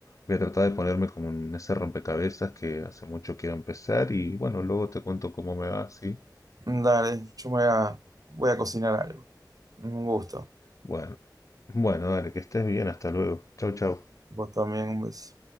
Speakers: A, on the left (about 45°); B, on the right (about 55°).
A: voy a tratar de ponerme como en ese rompecabezas que hace mucho quiero empezar y bueno, luego te cuento cómo me va, ¿sí?
B: dale, yo me voy a, voy a cocinar algo. Un gusto.
A: Bueno, bueno, dale, que estés bien, hasta luego. Chau, chau.
B: Vos también, un beso.